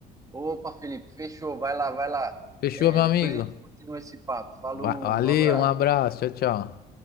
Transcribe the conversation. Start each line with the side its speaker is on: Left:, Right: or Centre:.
Right: Opa, Felipe, fechou. Vai lá, vai lá.
Left: Fechou,
Right: É,
Left: meu amigo?
Right: depois a gente continua esse papo. Falou,
Left: Va- Valeu,
Right: abraço.
Left: um abraço, tchau, tchau.